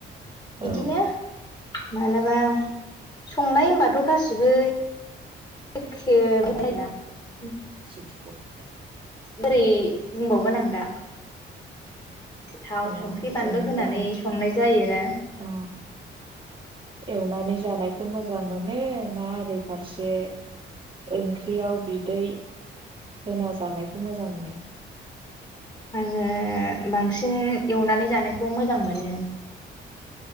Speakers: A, on the left; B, on the right.
A: बिदिनो
B: औ
A: मालाबा संनाय होमबाथ' गासिबो <unintelligible>
B: सिक्स फरटि नाइन
A: बोरै बुंबावगोन आं दा थाव
B: अ
A: संख्रि बानलु
B: जेनेबा
A: होनानै संनाय जायोना
B: अ एवनानै जानायखौ मोजां मोनो ना ओरै फारसे ओंख्रियाव बिदै होना जानायखौ मोजां मोनो
A: आङो बांसिन एवनानै जानायखौ मोजां मोनो